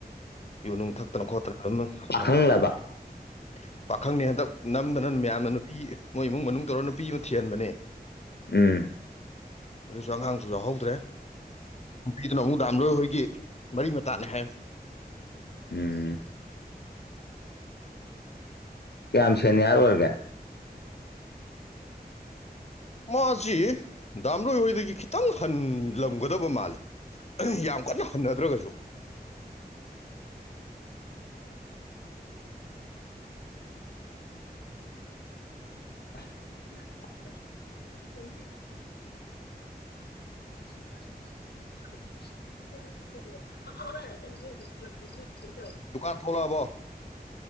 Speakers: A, on the left (about 40°); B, on the left (about 90°).
A: ꯌꯨꯅꯨꯡ ꯊꯛꯇꯅ ꯈꯣꯠꯇꯅ ꯑꯗꯨꯝ
B: ꯄꯥꯈꯪꯂꯕ
A: <unintelligible> ꯄꯥꯈꯪꯅꯤ ꯍꯟꯗꯛ ꯅꯝꯗꯅ ꯃꯌꯥꯝꯅ ꯅꯨꯄꯤ ꯃꯣꯏ ꯏꯃꯨꯡ ꯃꯅꯨꯡ ꯇꯧꯔ ꯅꯨꯄꯤ ꯑꯃ ꯊꯤꯍꯟꯕꯅꯦ
B: ꯎꯝ
A: ꯑꯗꯨꯁꯨ ꯑꯉꯥꯡꯁꯨ ꯌꯥꯎꯍꯧꯗ꯭ꯔꯦ ꯅꯨꯄꯤꯗꯨꯅ ꯑꯃꯨꯛ ꯗꯥꯝ ꯂꯣꯏꯍꯣꯏꯒꯤ ꯃꯔꯤ ꯃꯇꯥꯅꯦ ꯍꯥꯏ
B: ꯎꯝ ꯀꯌꯥꯝ ꯁꯦꯅꯤꯌꯥꯔ ꯑꯣꯏꯔꯒꯦ
A: ꯃꯥꯁꯤ ꯗꯥꯝꯂꯣꯏꯍꯣꯏꯗꯒꯤ ꯈꯤꯇꯪ ꯍꯟꯂꯝꯒꯗꯕ ꯃꯥꯜꯂꯤ <unintelligible> ꯌꯥꯝ ꯀꯟꯅ ꯍꯟꯗꯗꯔꯒꯥꯁꯨ
B: <inaudible> <unintelligible> <unintelligible>
A: ꯗꯨꯀꯥꯟ ꯊꯣꯂꯛꯑꯕꯣ